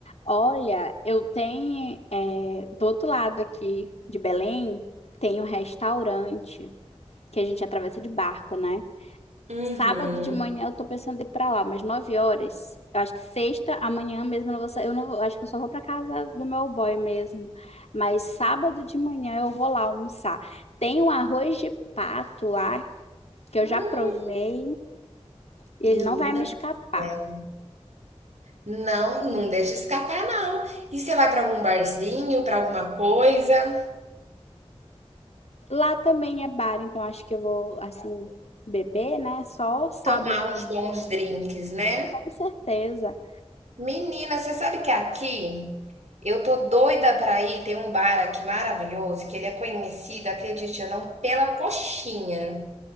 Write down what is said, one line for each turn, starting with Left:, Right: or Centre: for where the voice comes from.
Left: Olha, eu tenho, é, do outro lado aqui de Belém, tem um restaurante que a gente atravessa de barco, né?
Right: Uhum.
Left: Sábado de manhã eu tô pensando em ir pra lá, umas 9 horas. Eu acho que sexta, amanhã mesmo eu não vou sair. Eu não vou- acho que eu só vou pra casa do meu boy mesmo. Mas sábado de manhã eu vou lá almoçar. Tem um arroz de pato lá que eu
Right: Hum,
Left: já provei e
Right: menina
Left: ele não vai me
Right: do
Left: escapar.
Right: céu. Não, não deixa escapar, não. E você vai para algum barzinho, para alguma coisa,
Left: Lá também é bar, então acho que eu vou, assim, beber, né? Só sábado,
Right: tomar uns bons drinks, né?
Left: com certeza.
Right: Menina, você sabe que aqui eu tô doida pra ir. Tem um bar aqui maravilhoso que ele é conhecido, acredite ou não, pela coxinha.